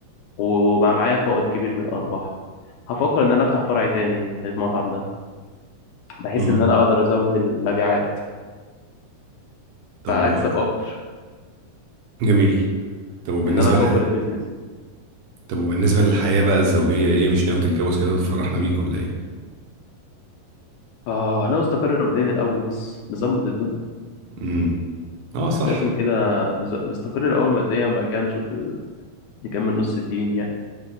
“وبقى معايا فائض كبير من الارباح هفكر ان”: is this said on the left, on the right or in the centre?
Left